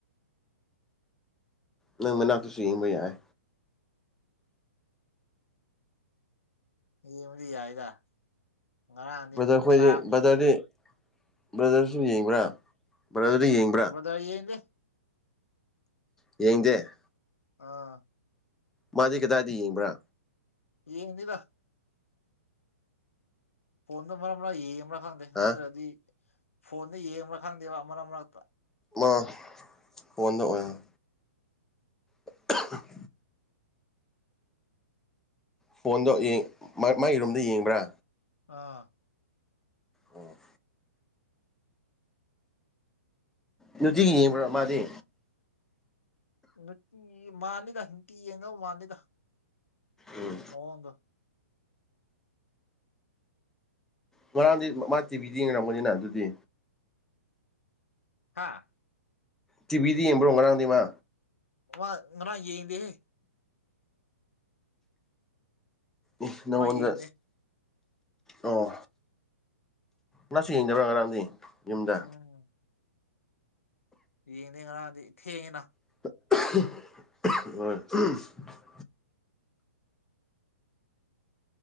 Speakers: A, in the centre; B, on the left (about 70°).
A: ꯅꯪ ꯃꯅꯥꯛ ꯇꯁꯨ ꯌꯦꯡꯕ ꯌꯥꯏ
B: ꯌꯦꯡꯕꯗꯤ ꯌꯥꯏꯗ ꯉꯔꯥꯡꯗꯤ
A: ꯕ꯭ꯔꯗꯔ
B: ꯅꯣꯛ
A: ꯈꯣꯏꯗꯤ
B: ꯆꯥꯕꯒꯤꯅꯦ
A: ꯕ꯭ꯔꯗꯔꯗꯤ
B: ꯑꯩꯁꯨ
A: ꯕ꯭ꯔꯗꯔꯁꯨ ꯌꯦꯡꯕ꯭ꯔꯥ ꯕ꯭ꯔꯗꯔꯗꯤ ꯌꯦꯡꯕ꯭ꯔꯥ
B: ꯑꯗ ꯌꯦꯡꯒꯅꯤ
A: ꯌꯦꯡꯗꯦ
B: ꯑꯥ
A: ꯃꯥꯗꯤ ꯀꯗꯥꯏꯗ ꯌꯦꯡꯕ꯭ꯔꯥ
B: ꯌꯦꯡꯗꯦꯗ ꯐꯣꯟꯗ ꯃꯔꯛ ꯃꯔꯛ ꯌꯦꯡꯕ꯭ꯔꯥ ꯈꯪꯗꯦ
A: ꯍꯥ
B: ꯍꯟꯗꯛꯔꯗꯤ ꯐꯣꯟꯗ ꯌꯦꯡꯕ꯭ꯔꯥ ꯈꯪꯗꯦꯕ ꯃꯔꯛ ꯃꯔꯛꯇ
A: ꯃꯥ ꯐ‌ꯣꯟꯗ ꯑꯣꯏꯔꯝ <inaudible> ꯐꯣꯟꯗꯣ ꯌꯦꯡ ꯃꯥꯏ ꯃꯥꯏ ꯔꯨꯝꯗ ꯌꯦꯡꯕ꯭ꯔꯥ
B: ꯑꯥ
A: ꯑꯣ ꯅꯨꯡꯇꯤꯒꯤ ꯌꯦꯡꯕ꯭ꯔ ꯃꯥꯗꯤ
B: ꯅꯨꯡꯇꯤ ꯃꯥꯜꯂꯤꯗ ꯅꯨꯡꯇꯤ ꯌꯦꯡꯗ ꯃꯥꯜꯂꯤꯗ
A: ꯎꯝ
B: ꯃꯑꯣꯡꯗꯣ
A: ꯉꯔꯥꯡꯗꯤ ꯃꯥ ꯃꯥ ꯇꯤꯚꯤꯗ ꯌꯦꯡꯔꯝꯒꯅꯤꯅ ꯑꯗꯨꯗꯤ
B: ꯍꯥꯥ
A: ꯇꯤꯚꯤꯗ ꯌꯦꯡꯕ꯭ꯔꯣ ꯉꯔꯥꯡꯗꯤ ꯃꯥ
B: ꯑꯃ ꯉꯔꯥꯡ ꯌ‌ꯦꯡꯗꯦꯍ‌ꯦ
A: ꯑꯦ ꯅꯪꯉ‌ꯣꯟꯗ
B: ꯃꯥ ꯌꯦꯡꯗꯦ
A: ꯑꯣ ꯃꯁꯨ ꯌꯦꯡꯗꯕ꯭ꯔꯥ ꯉꯔꯥꯡꯗꯤ ꯌꯨꯝꯗ
B: ꯎꯝ ꯌꯦꯡꯗꯦ ꯉꯔꯥꯡꯗꯤ ꯊꯦꯡꯉ‌ꯦꯗ
A: <unintelligible>